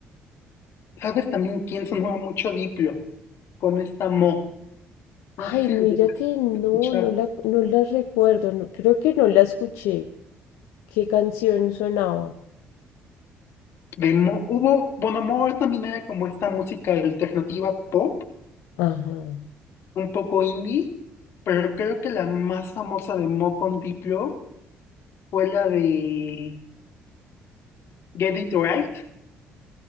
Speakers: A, on the left (about 65°); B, on the left (about 85°).
A: ¿Sabes también quién sonaba mucho Diplo? Con esta Mo. No sé
B: Ay,
A: si lo
B: mira
A: llegaste
B: que no,
A: a escuchar.
B: no la, no la recuerdo, no, creo que no la escuché. ¿Qué canción sonaba?
A: De Mo- hubo, bueno, Moore también era como esta música alternativa pop,
B: Ajá.
A: un poco indie, pero creo que la más famosa de Mo con Diplo fue la de Get It Right,